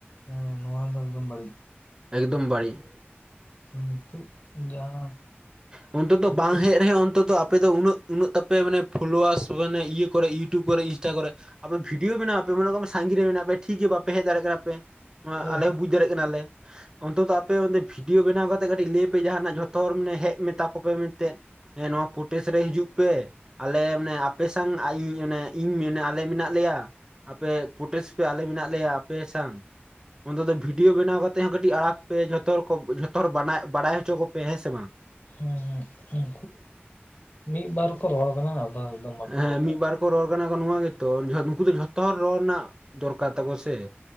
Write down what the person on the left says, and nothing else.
ᱦᱮᱸ ᱱᱚᱣᱟ ᱫᱚ ᱮᱠᱫᱚᱢ ᱵᱟᱹᱲᱤᱡ
ᱛᱚ ᱱᱤᱛᱚᱜᱜ ᱡᱟᱦᱟᱸ
ᱯᱚᱨᱤᱵᱮᱥ
ᱫᱚ
ᱦᱮᱸ ᱦᱮᱸ ᱢᱤᱫ ᱵᱟᱨ ᱠᱚ ᱨᱚᱲ ᱠᱟᱱᱟ ᱟᱫᱚ ᱮᱠᱫᱚᱢ ᱵᱟᱠᱚ
ᱨᱚᱲ ᱠᱟᱱᱟ
᱾